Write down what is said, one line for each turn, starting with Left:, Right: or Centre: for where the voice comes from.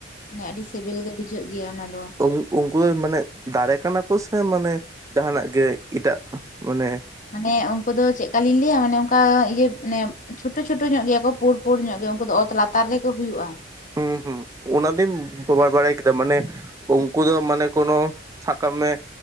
Left: ᱦᱮ ᱟᱹᱰᱤ ᱥᱮᱵᱤᱞ ᱜᱮ ᱵᱩᱡᱷᱟᱹᱜ ᱜᱮᱭᱟ ᱚᱱᱟ ᱫᱚ
Right: ᱩᱱ ᱩᱱᱠᱩ ᱫᱚ ᱢᱟᱱᱮ ᱫᱟᱨᱮ ᱠᱟᱱᱟ ᱠᱚ ᱥᱮ ᱢᱟᱱᱮ ᱡᱟᱦᱟᱸᱱᱟᱜ ᱜᱮ ᱮᱴᱟᱜ ᱢᱟᱱᱮ
Left: ᱢᱟᱱᱮ ᱩᱱᱠᱩ ᱫᱚ ᱪᱮᱫ ᱠᱟᱞᱤᱧ ᱞᱟᱹᱭᱟ ᱢᱟᱱᱮ ᱚᱱᱠᱟ ᱤᱭᱟᱹ ᱱᱮᱢ ᱪᱷᱳᱴᱳ ᱪᱷᱳᱴᱳ ᱧᱚᱜ ᱜᱮᱭᱟ ᱠᱚ ᱯᱩᱸᱰ ᱯᱩᱸᱰ ᱧᱚᱜ ᱜᱮ ᱩᱱᱠᱩ ᱫᱚ ᱚᱛ ᱞᱟᱛᱟᱨ ᱨᱮᱠᱚ ᱦᱩᱭᱩᱜ-ᱟ᱾
Right: ᱦᱩᱸ ᱦᱩᱸ ᱚᱱᱟ ᱫᱚᱧ ᱵᱟᱲᱟᱭ ᱠᱮᱫᱟ ᱢᱟᱱᱮ ᱩᱱᱠᱩ ᱫᱚ ᱢᱟᱱᱮ ᱠᱳᱱᱳ ᱥᱟᱜ ᱠᱟᱜ ᱢᱮ